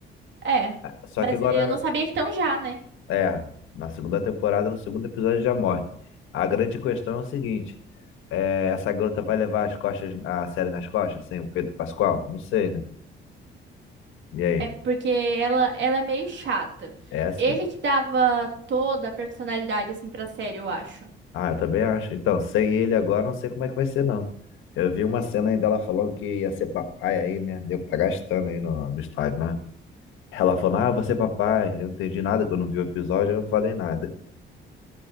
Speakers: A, on the right; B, on the left.
A: É,
B: Só
A: mas
B: que agora
A: eu não sabia que tão já, né?
B: É, na segunda temporada, no segundo episódio já morre. A grande questão é o seguinte: é, essa garota vai levar as costas, a série nas costas, sem o Pedro Pascoal? Não sei, né? E aí?
A: É porque ela, ela é meio chata.
B: É assim.
A: Ele que dava toda a personalidade assim pra série, eu acho.
B: Ah, eu também acho. Então, sem ele agora, não sei como é que vai ser, não. Eu vi uma cena aí dela falando que ia ser papai aí, né? Deu que tá gastando aí no, no estádio, né? Ela falando, ah, eu vou ser papai. Eu não entendi nada, que eu não vi o episódio, eu não falei nada.